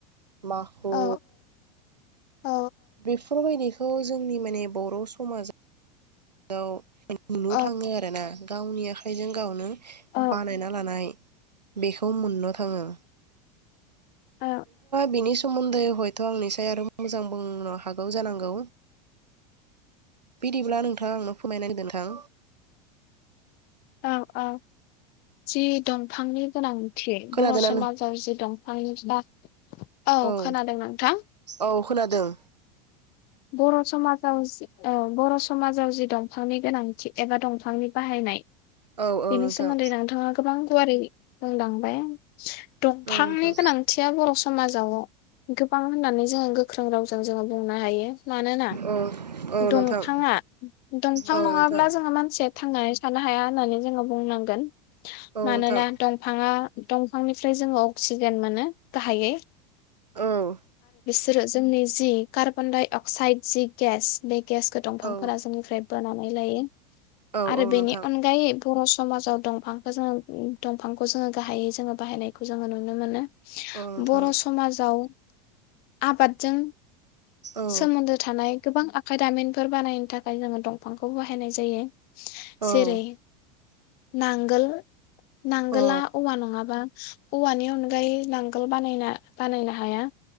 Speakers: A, on the right (about 85°); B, on the left (about 50°).
A: माखु
B: औ औ
A: बिफोरबायदि खौ जोंनि माने बर' समाजा <unintelligible> नुनो
B: औ
A: थाङो आरो ना गावनि आखाइजों गावनो
B: औ
A: बानायना लानाय बेखौ औ नोंथाङा
B: औ
A: बेनि सो मोन्दै हयथ' आंनिसाय आरो मोजां बुंनो हागौ जानांगौ बिदिब्ला नोंथाङा आंनो फोरमायना <unintelligible> नोंथां
B: औ औ जि दंफांनि गोनां थि
A: खोनादोंना
B: बर' समाजाव जि दंफांनि बा
A: नों
B: औ खोनादों नोंथां।
A: औ खोनादों।
B: बर' समाजाव जि औ जि बर' समाजाव जि दंफांनि गोनांथि एबा दंफांनि बाहायनाय
A: औ औ
B: बेनि
A: नोंथां
B: सोमोन्दै नोंथाङा गोबां गुवारै बुंलांबाय दंफांनि
A: औ नोंथां
B: गोनांथिया बर' समाजाव गोबां होननानै जोङो गो ख्रों रावजों जोङो बुंनो हायो। मानोना
A: औ औ
B: दंफाङा
A: नोंथां
B: दंफां
A: औ
B: नङाब्ला
A: नोंथां
B: जोङो मानसि थांनानै थानो हाया होननानै जोङो बुंनांगोन।
A: औ
B: मानोना
A: नोंथां
B: दंफाङा दंफांनिफ्राय जोङो अक्सिजेन मोनो गाहायै
A: औ
B: सोरो जोंनि जि कार्बन डाइ अक साइड जि गेस बे गेसखौ दंफांफोरा
A: औ
B: जोंनिफ्राय बोना नै लायो।
A: औ
B: आरो
A: औ
B: बेनि
A: नोंथां
B: अनगायै बर' समाजाव दंफांखौ जोङो दंफांखौ जोङो गाहायै जोङो बाहायनायखौ जोङो नुनो मोनो।
A: औ नोंथां
B: बर' समाजाव आबादजों
A: औ
B: सोमोन्दो थानाय गोबां आखाइ दामिनफोर बानायनो थाखाय जोङो दंफांखौ बाहायनाय जायो।
A: औ
B: जेरै नांगोल <inaudible> नांगोला
A: अ
B: औवा नङाबा औवानि अनगायै नांगोल बानायना बानायनो हाया।